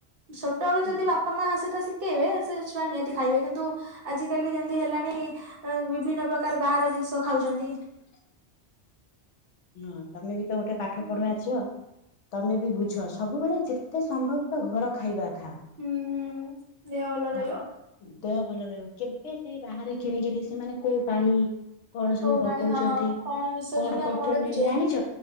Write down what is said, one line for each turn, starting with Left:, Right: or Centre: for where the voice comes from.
Right: ଛୋଟଏଳୁ ଯଦି
Left: ହଁ
Right: ବାପା, ମା ସେଟା ଶିକେଇବେ ସେ ଛୁଆ ନିହାତି ଖାଇବେ କିନ୍ତୁ ଆଜିକାଲି ଯେମିତି ହେଲାଣି ବିଭିନ୍ନ ପ୍ରକାର ବାହାର ଜିନିଷ ଖାଉଚ଼ନ୍ତି।
Left: <inaudible> ହଁ ତମେ ବି ତ ଗୋଟେ ପାଠ ପଢୁଆ
Right: ହୁଁ
Left: ଝିଅ। ତମେ ବି ବୁଝ ସବୁବେଳେ ଯେତେ ସମ୍ଭବ ତ ଘର ଖାଇବା ଖାଅ
Right: ହୁଁ ଦେହ ଭଲ ରହିବ
Left: ଗଃ ଦେହ ଭଲ ରହିବ। କେବେ ସେଇ ବାହାରେ କିଣିକିରି ସେମାନେ କୋଉ ପାଣି କଣ ସବୁ
Right: କୋଉ
Left: ପକଉଚ଼ନ୍ତି
Right: ପାଣି ହଁ କଣ ମିଶଉଛନ୍ତି
Left: କଣ
Right: ଆମେ
Left: କରୁ
Right: ଦେଖୁଛେ।
Left: <unintelligible> ଜାଣିଛ